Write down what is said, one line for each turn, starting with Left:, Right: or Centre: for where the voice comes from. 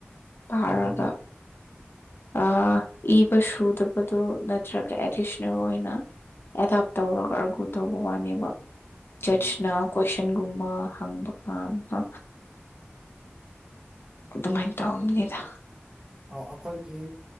Left: ꯄꯥꯔꯒ
Right: ꯎꯝ
Left: ꯑ ꯏꯕ ꯁꯨꯗꯕꯗꯣ ꯅꯠꯇ꯭ꯔꯒ ꯑꯦꯗꯤꯁꯅꯦꯜ ꯑꯣꯏꯅ ꯑꯦꯗꯥꯞ ꯇꯧꯔꯒ ꯑꯥꯒ ꯇꯧꯕ ꯋꯥꯅꯦꯕ ꯖꯠꯁꯅ
Right: ꯎꯝ
Left: ꯀꯣꯏꯁꯟꯒꯨꯝꯕ ꯍꯪꯕ ꯀꯥꯟꯗ ꯑꯗꯨꯃꯥꯏꯅ ꯇꯧꯔꯝꯒꯗ
Right: ꯑ ꯑꯩꯈꯣꯏꯒꯤ